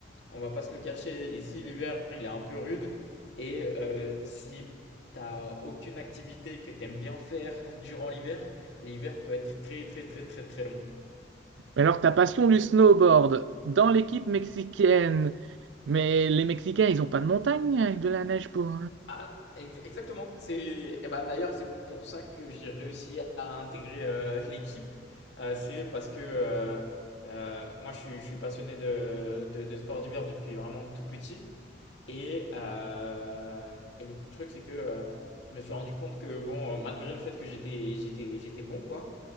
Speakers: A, on the left; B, on the right.
A: on va pas se le cacher, ici l'hiver il est un peu rude. Et euh, si t'as aucune activité que t'aimes bien faire <laughs> durant l'hiver, l'hiver peut être très très très très très long.
B: Mais alors, ta passion du snowboard dans l'équipe mexicaine, mais les Mexicains, ils n'ont pas de montagne avec de la neige pour.
A: Ah, ex- exactement. C'est, eh ben, d'ailleurs, c'est pour ça que j'ai réussi à intégrer euh, <laughs> l'équipe. Euh, c'est parce que euh, euh, moi, je suis, je suis passionné de, de, de sport d'hiver depuis vraiment tout petit. Et, euh, et le truc, c'est que euh, je me suis rendu compte que, bon, euh, malgré le fait que j'étais, j'étais, j'étais bon, quoi,